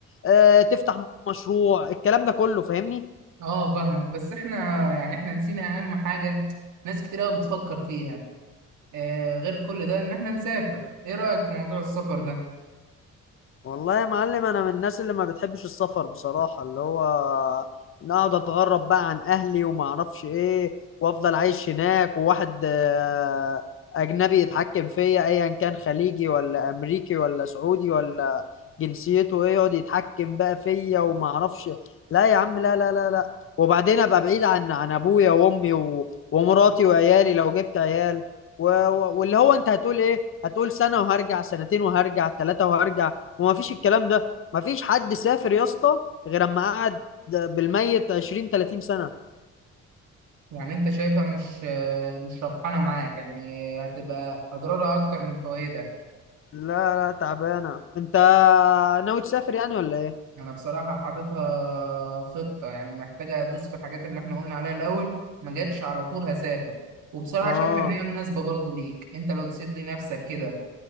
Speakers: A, on the left; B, on the right.
A: آه، تفتح مشروع الكلام ده كله فاهمني
B: اه فاهمك بس احنا يعني احنا نسينا اهم حاجه ناس كتير قوي بتفكر فيها آه غير كل ده ان احنا نسافر ايه رايك في موضوع السفر ده
A: والله يا معلم انا من الناس اللي ما بتحبش السفر بصراحة اللي هو إن اقعد اتغرب بقى عن اهلي وما اعرفش ايه وافضل عايش هناك وواحد آه، اجنبي يتحكم فيا ايا كان خليجي ولا امريكي ولا سعودي ولا جنسيته ايه يقعد يتحكم بقى فيا وما اعرفش لا يا عم لا لا لا لا وبعدين ابقى بعيد عن عن ابويا وامي و- ومراتي وعيالي لو جبت عيال و- و- واللي هو انت هتقول ايه هتقول سنة وهرجع سنتين وهرجع ثلاثة وهرجع وما فيش الكلام ده ما فيش حد سافر يا اسطى غير اما قعد بالميت 20 30 سنة
B: يعني انت شايفها مش آه مش ربحانه معاك يعني هتبقى اضرارها اكتر من فوائدها
A: لا لا تعبانة انت ناوي تسافر يعني ولا ايه
B: انا بصراحة حاططها خطة يعني محتاجة ادوس في الحاجات اللي احنا قلنا عليها الاول ما جاتش على طول هسافر وبصراحة
A: اه
B: شايف ان هي مناسبة برضو ليك انت لو تسيب لي نفسك كده